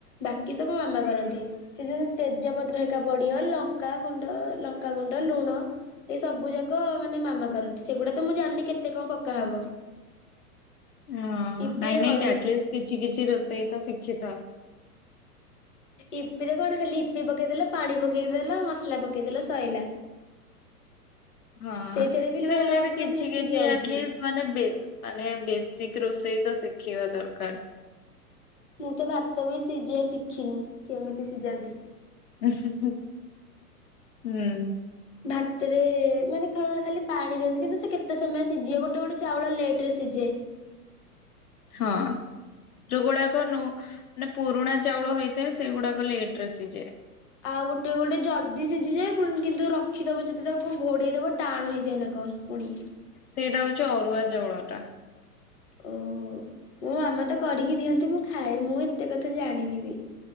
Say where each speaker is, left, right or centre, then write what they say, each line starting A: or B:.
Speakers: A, on the left; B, on the left.
A: ବାକି ସବୁ ମାମା କରନ୍ତି ସେ <unintelligible> ତେଜପତ୍ର ହରୀକା ପଡ଼ିବ ଲଙ୍କା ଗୁଣ୍ଡ ଲ ଲଙ୍କା ଗୁଣ୍ଡ ଲୁଣ। ଏ ସବୁ ଯାକ ମାନେ ମାମା କରନ୍ତି ସେଗୁଡା ତ ମୁଁ ଜାଣିନି କେତେ କଣ ପକା ହବ।
B: ହଁ
A: ଇପିରେ
B: ନାଇଁ ନାଇଁ
A: କଣ
B: ଆଟଲିଷ୍ଟ କିଛି କିଛି ରୋଷେଇ ତ ଶିଖିଥାଅ। <inaudible>
A: ଇପି ରେ କଣ ଖାଲି ଇପି ପକେଇଦେଲ ପାଣି ପକେଇଦେଲ ମସଲା ପକେଇଦେଲ ସଇଲା।
B: ହଁ
A: ସେଇଥିରେ
B: କିନ୍ତୁ
A: ଲୁଣ
B: ହେଲେ
A: ଆଗରୁ
B: ବି କିଛି
A: ମିଶିକି
B: କିଛି
A: ଆଉଛି।
B: ଆଟଲିଷ୍। ମାନେ ବେ ମାନେ ବେସିକ ରୋଷେଇ ତ ଶିଖିବା ଦରକାର।
A: ମୁଁ ତ ଭାତ ବି ସିଝିବା ଶିଖିନି କେମିତି ସିଝାନ୍ତି।
B: ଉଁ ହୁଁ ହୁଁ ହୁଁ।
A: ଭାତରେ ମାନେ କଣ ଖାଲି ପାଣି ଦିଅନ୍ତି କିନ୍ତୁ ସେ କେତେ ସମୟ ସିଝେ ଗୋଟେ ଗୋଟେ ଚାଉଳ ଲେଟରେ ସିଝେ।
B: ହଁ। ଯୋଉଗୁଡାକ ନୁ ମାନେ ପୁରୁଣା ଚାଉଳ ହେଇଥାଏ ସେଗୁଡାକ ଲେଟ ରେ ସିଝେ।
A: ଆଉ ଗୋଟେ ଗୋଟେ ଜଲଦି ସିଝିଯାଏ ପୁଣ କିନ୍ତୁ ରଖିଦବ ଯଦି ତାକୁ ଘୋଡ଼େଇ ଦବ ଟାଣ ହେଇଯାଏ ନା କଣ। ପୁଣି।
B: ସେଇଟା ହଉଛି ଅରୁଆ ଚାଉଳ ଟା।
A: ଓହୋ ମୋ ମାମା ତ କରିକି ଦିଅନ୍ତି ମୁଁ ଖାଏ ମୁଁ ଏତେ କଥା ଜାଣିନିି ବି।